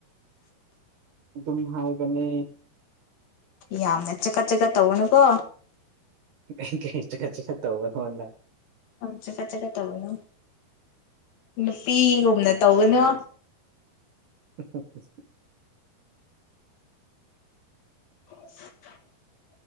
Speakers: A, on the right; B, on the left.
A: ꯑꯗꯨꯝ ꯍꯥꯏꯕꯅꯤ
B: ꯌꯥꯝꯅ ꯆꯀꯠ ꯆꯠꯀꯠ ꯇꯧꯔꯅꯨꯀꯣ
A: ꯏ ꯏꯁ ꯈꯆ ꯇ ꯇꯧꯕ ꯅꯣꯗ
B: ꯆꯠꯀꯠ ꯆꯠꯀꯠ ꯇꯧꯕꯅꯣ ꯅꯨꯄꯤꯒꯨꯝꯅ ꯇꯧꯒꯅꯣ
A: ꯎ <unintelligible>
B: <unintelligible>